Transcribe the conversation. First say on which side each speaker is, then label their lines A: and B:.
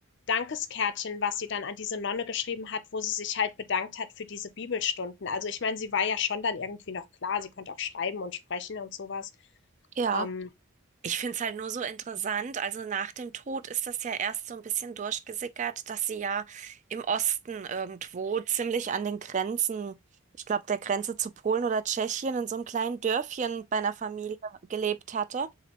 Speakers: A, on the left; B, on the right.
A: Dankeskärtchen, was sie dann an diese Nonne geschrieben hat, wo sie sich halt bedankt hat für diese Bibelstunden. Also ich meine, sie war ja schon dann irgendwie noch klar, sie konnte auch schreiben und sprechen und sowas.
B: ja.
A: Ähm,
B: Ich finde es halt nur so interessant. Also nach dem Tod ist das ja erst so ein bisschen durchgesickert, dass sie ja im Osten irgendwo ziemlich an den Grenzen, ich glaube, der Grenze zu Polen oder Tschechien in so einem kleinen Dörfchen bei einer Familie gelebt hatte.